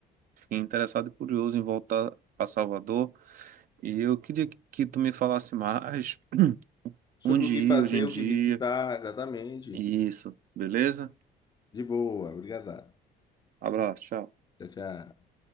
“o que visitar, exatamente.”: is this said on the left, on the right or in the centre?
Left